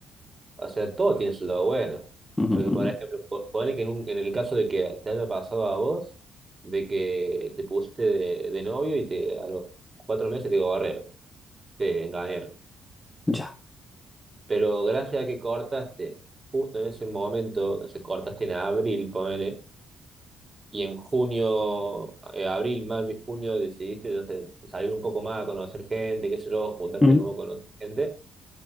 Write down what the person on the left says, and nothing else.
<laughs> Ujú,
ujú.
Ya.
Mm,